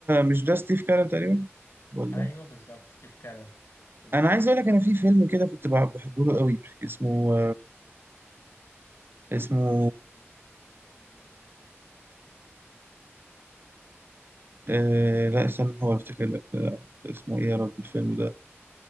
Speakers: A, on the right; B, on the left.
A: مش ده ستيف كارل تقريبا ولا
B: ايوه بالظبط ستيف كارل بالظبط
A: انا عايز اقول لك انا في فيلم كده كنت بع- بحبه له قوي اسمه اسمه آه لا استنى هو افتكر لك آه، اسمه ايه يا رب الفيلم ده